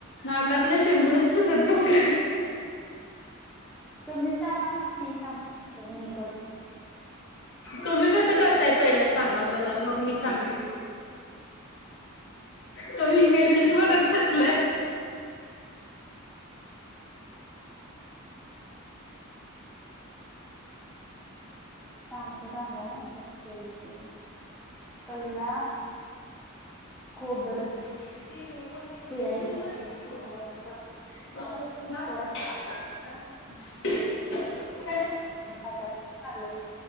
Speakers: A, on the left; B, in the centre.
A: नाकातलं शेंबूडच पुसत बसला
B: तुम्ही सांगा मग मी सांग मी करतो
A: तुम्ही कसं करताय पहिलं सांगा मला मग मी सांगते त मही काही रीलल्स बघत असलंय
B: सांगतो थांबा कस केलं <unintelligible> पहिला खोबरं
A: बस
B: चिरायचं शेंगदाणे
A: बस
B: त्यात <unintelligible>